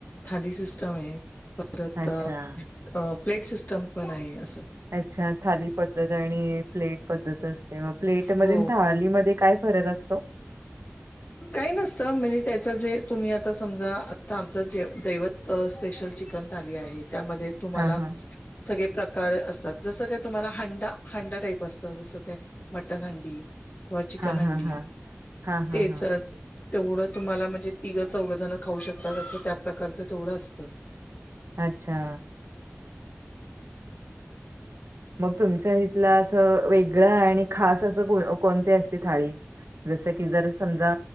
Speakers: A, on the left (about 35°); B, on the right (about 60°).
A: थाली सिस्टम आहे परत
B: अच्छा.
A: अ प्लेट सिस्टम पण आहे असं.
B: अच्छा थाली पद्धत आणि प्लेट पद्धत असते मग. प्लेटमध्ये
A: हो
B: अन थालीमध्ये काय फरक असतो.
A: काही नसत म्हणजे त्याच जे तुम्ही आता समजा आमच जे दैवत. स्पेशल चिकन आली आहे त्यामध्ये तुम्हाला.
B: हां हां.
A: सगळे प्रकार असतात जसं का तुम्हाला हांडा हांडा टाईप असत जसं काय. मटन हंडी किंवा चिकन
B: हां
A: हंडी
B: हां हां. हां हां
A: तेचत.
B: हां.
A: तेवढं तुम्हाला म्हणजे तिघं चौघंजण खाऊ शकतात असं त्या प्रकारचं तेवढं असतं.
B: अच्छा. मग तुमच्या ईथला असं वेगळं आणि खास असं कोणती असते थाळी. जस की जर समजा